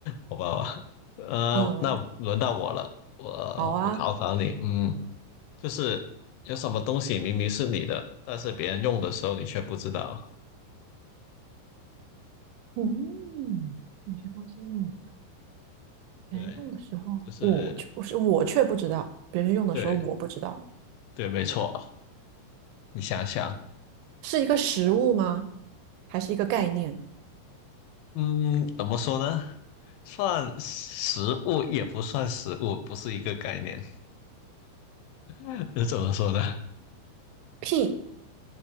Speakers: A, on the left; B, on the right.
A: 好吧？呃，
B: 嗯，
A: 那轮到我了，我我考考你，
B: 好啊，
A: 嗯。就是有什么东西明明是你的，但是别人用的时候你却不知道。
B: 嗯，有些东西是你别人用的时候，
A: 对，就是
B: 我却不是我却不知道，别人用的时候我不知道，
A: 对对，没错。你想想，
B: 是一个食物吗？还是一个概念？
A: 嗯，怎么说呢？算食物也不算食物，不是一个概念。<laughs> 这怎么说呢？
B: 屁，